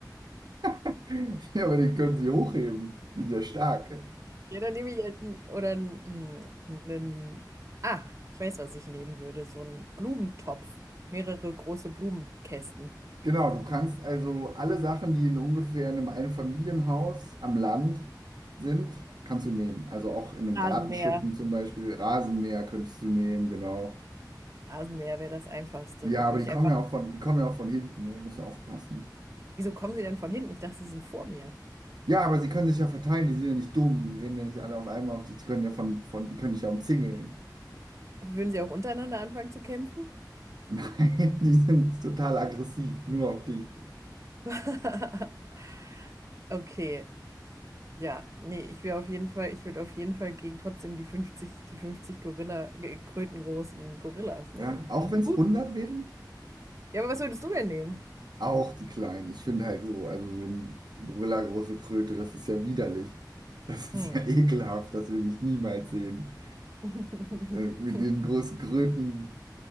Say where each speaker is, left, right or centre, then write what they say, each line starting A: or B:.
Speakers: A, on the right; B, on the right.
A: <laughs> Ja, aber den können sie hochheben. Sind ja stark.
B: Ja, dann nehme ich jetzt n- oder einen. Ah, ich weiß, was ich nehmen würde. So einen Blumentopf. Mehrere große Blumenkästen.
A: Genau, du kannst also alle Sachen, die in ungefähr einem Einfamilienhaus am Land sind, kannst du nehmen. Also auch in einem
B: Rasenmäher.
A: Gartenschuppen zum Beispiel, Rasenmäher könntest du nehmen, genau.
B: Rasenmäher wäre das Einfachste.
A: Ja, aber
B: Würde
A: die
B: ich
A: kommen
B: einfach.
A: ja auch von, die kommen ja auch von hinten, ne? Musst du aufpassen.
B: Wieso kommen Sie denn von hinten? Ich dachte, Sie sind vor mir.
A: Ja, aber sie können sich ja verteilen, die sind ja nicht dumm, die rennen ja nicht alle auf einmal auf dich, die können ja von, von, die können dich ja umzingeln.
B: Würden Sie auch untereinander anfangen zu kämpfen?
A: <laughs> Nein, die sind total aggressiv, nur auf dich.
B: <laughs> Okay. Ja, nee, ich wäre auf jeden Fall, ich würde auf jeden Fall gegen trotzdem die 50, die 50 Gorilla, äh, krötengroßen Gorillas nehmen.
A: Ja, auch
B: Und
A: wenn es
B: du?
A: 100 wären,
B: Ja, aber was würdest du denn nehmen?
A: auch die Kleinen. Ich finde halt so, also so ein Gorilla große Kröte, das ist ja widerlich. Das
B: Hm.
A: ist ja <laughs> ekelhaft, das will ich niemals sehen.
B: <laughs>
A: Äh, mit ihren großen Krötenaugen